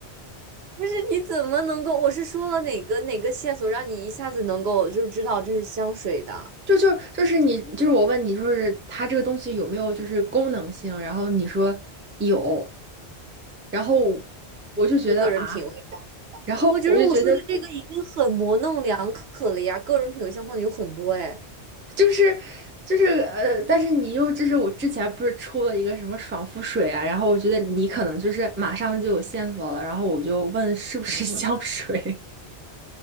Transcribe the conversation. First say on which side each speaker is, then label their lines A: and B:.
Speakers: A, on the right; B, on the right.
A: 不是你怎么能够？我是说了哪个哪个线索让你一下子能够就是知道这是香水的？
B: 就就就是你就是我问你，就是它这个东西有没有就是功能性？然后你说有，然后我就觉得啊，
A: 跟个人品味，
B: 然后我就觉得
A: 我觉得我说的这个已经很模棱两可了呀，个人品味相关的有很多哎。
B: 就是就是呃，但是你又就是我之前不是出了一个什么爽肤水啊，然后我觉得你可能就是马上就有线索了，然后我就问是不是香水，